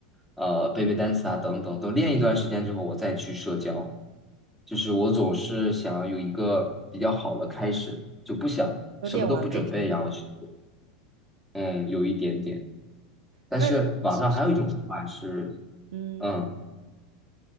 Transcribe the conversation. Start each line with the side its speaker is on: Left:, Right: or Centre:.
Centre: 呃背背单词啊等等。等练一段时间之后，我再去社交。就是我总是想要有一个比较好的开始，就不想什么都不准备，
Right: 有点完美主义。
Centre: 然后去做。嗯，有一点点。但是网上还有一种说法是，
Right: 那其实，嗯，
Centre: 嗯，